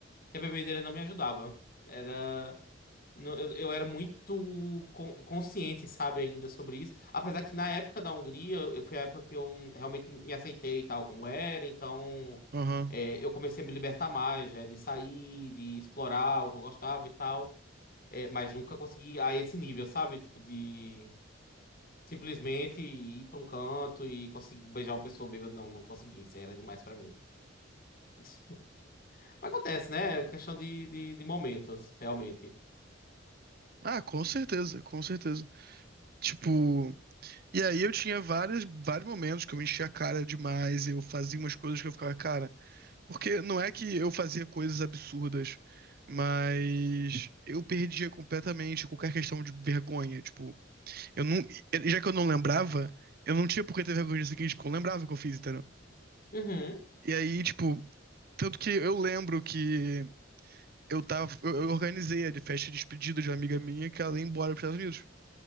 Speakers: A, on the left; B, on the right.
A: Que a bebedeira não me ajudava. Era. não- Eu, eu era muito con- consciente, sabe, ainda sobre isso. Apesar que na época da Hungria, eu, foi a época que eu realmente me aceitei e tal, como era, então
B: Aham.
A: é, eu comecei a me libertar mais, né, de sair, de explorar o que eu gostava e tal. É, mas nunca consegui a esse nível, sabe? Tipo, de. Simplesmente ir pra um canto e conseguir beijar uma pessoa bêbada. Não, não consegui. Isso aí era demais pra mim. <laughs> Mas acontece, né? É questão de, de, de momentos, realmente.
B: Ah, com certeza, com certeza. Tipo, e aí eu tinha várias, vários momentos que eu enchia a cara demais, eu fazia umas coisas que eu ficava, cara. Porque não é que eu fazia coisas absurdas, mas eu perdia completamente qualquer questão de vergonha. Tipo, eu não. eh, Já que eu não lembrava, eu não tinha por que ter vergonha disso aqui, porque eu lembrava o que eu fiz, entendeu?
A: Uhum,
B: E aí, tipo, tanto que eu lembro que eu tava. Eu, eu organizei a de festa de despedida de uma amiga minha que ela ia embora para os Estados Unidos.